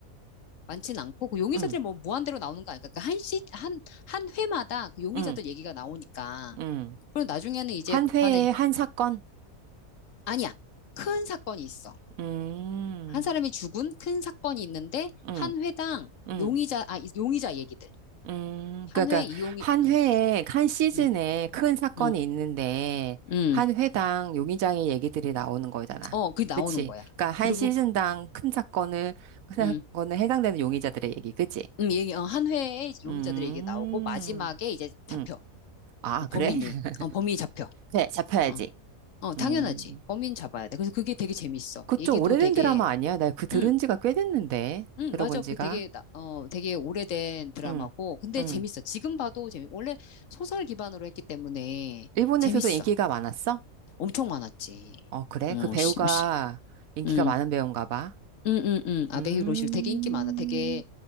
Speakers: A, on the left; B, on the right.
A: 많진 않고 그 용의자들이
B: 응
A: 뭐 무한대로 나오는 거 아니까 그한 시, 한, 한 회마다 그 용의자들
B: 응
A: 얘기가 나오니까.
B: 응
A: 그리고 나중에는 이제
B: 한
A: 막판에
B: 회에
A: 이제 다-
B: 한 사건?
A: 아니야. 큰 사건이 있어.
B: 음,
A: 한 사람이 죽은 큰 사건이 있는데
B: 응
A: 한 회당
B: 응
A: 용의자 아 이- 용의자 얘기들
B: 음,
A: 한
B: 그러니까
A: 회 이용이,
B: 한
A: 응,
B: 회에 한 시즌에
A: 응,
B: 큰 사건이
A: 응,
B: 있는데
A: 응.
B: 한 회당 용의자의 얘기들이 나오는 거잖아.
A: 어, 그게 나오는
B: 그치?
A: 거야.
B: 그러니까 한
A: 그리고,
B: 시즌당 큰 사건을 큰
A: 응,
B: 사건에 해당되는 용의자들의 얘기, 그치?
A: 응, 얘기, 어, 한 회에 용의자들
B: 음,
A: 얘기 나오고, 마지막에 이제 잡혀.
B: 음, 아
A: 그 범인이,
B: 그래? <laughs>
A: 어, 범인이 잡혀.
B: 그래, 잡혀야지.
A: 어, 어, 당연하지.
B: 음,
A: 범인 잡아야 돼. 그래서 그게 되게 재밌어.
B: 그
A: 얘기도
B: 좀 오래된
A: 되게,
B: 드라마 아니야? 나 그 들은
A: 응,
B: 지가 꽤 됐는데
A: 응,
B: 들어본
A: 맞아. 그
B: 지가.
A: 되게, 나- 어, 되게 오래된 드라마고,
B: 응,
A: 근데
B: 응.
A: 재밌어. 지금 봐도 재밌, 원래 소설 기반으로 했기 때문에
B: 일본에서도
A: 재밌어.
B: 인기가 많았어?
A: 엄청 많았지.
B: 어 그래?
A: 어,
B: 그 배우가
A: 씨, 어, 씨.
B: 인기가
A: 응
B: 많은 배우인가 봐.
A: 응응응 아베
B: 음,
A: 히로실 되게 인기 많아. 되게